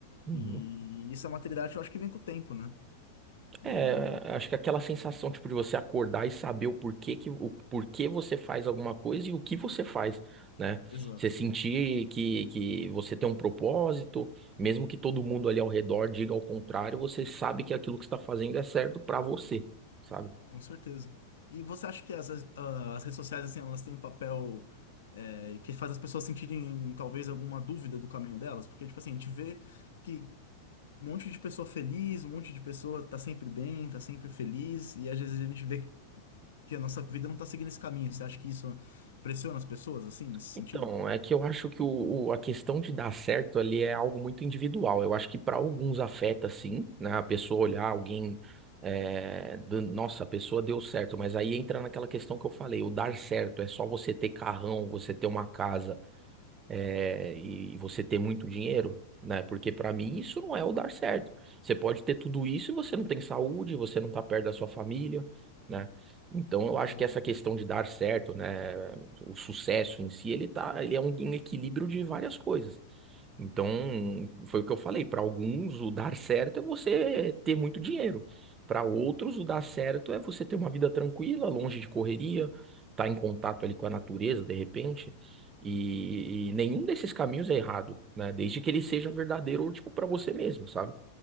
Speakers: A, on the right (about 25°); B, on the left (about 80°).
A: Uhum.
B: E isso é uma maturidade, eu acho que vem com o tempo, né? E
A: É, acho que aquela sensação, tipo, de você acordar e saber o porquê que, o porquê você faz alguma coisa e o que você faz, né?
B: exato,
A: Você sentir que, que você tem um propósito, mesmo que todo mundo ali ao redor diga ao contrário, você sabe que aquilo que você tá fazendo é certo pra você, sabe?
B: com certeza. E você acha que as, as, ah, as redes sociais, assim, elas têm um papel eh, que faz as pessoas sentirem talvez alguma dúvida do caminho delas? Porque, tipo assim, a gente vê que um monte de pessoa feliz, um monte de pessoa tá sempre bem, tá sempre feliz, e às vezes a gente vê que a nossa vida não tá seguindo esse caminho. Você acha que isso pressiona as pessoas, assim, nesse sentido?
A: Então, é que eu acho que o, o- a questão de dar certo ali é algo muito individual. Eu acho que para alguns afeta sim, né? A pessoa olhar alguém, é, do- nossa, a pessoa deu certo, mas aí entra naquela questão que eu falei, o dar certo é só você ter carrão, você ter uma casa é, e você ter muito dinheiro, né? Porque para mim isso não é o dar certo. Você pode ter tudo isso e você não tem saúde, você não tá perto da sua família, né? Então eu acho
B: Exato.
A: que essa questão de dar certo, né, o sucesso em si, ele tá, ele é um equilíbrio de várias coisas. Então, foi o que eu falei. Para alguns, o dar certo é você ter muito dinheiro. Para outros, o dar certo é você ter uma vida tranquila, longe de correria, estar em contato ali com a natureza, de repente. E, e nenhum desses caminhos é errado, né? Desde que ele seja verdadeiro, tipo, para você mesmo, sabe?